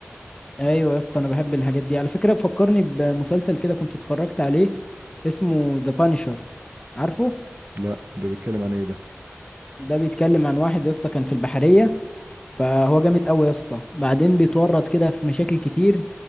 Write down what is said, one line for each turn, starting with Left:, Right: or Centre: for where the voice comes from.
Left: ايوه يا اسطى انا بحب الحاجات دي على فكره بفكرني بمسلسل كده كنت اتفرجت عليه اسمه ذا بانشر عارفه
Right: لا ده بيتكلم عن ايه ده
Left: ده بيتكلم عن واحد يا اسطى كان في البحريه فهو جامد قوي يا اسطى بعدين بيتورط كده في مشاكل كتير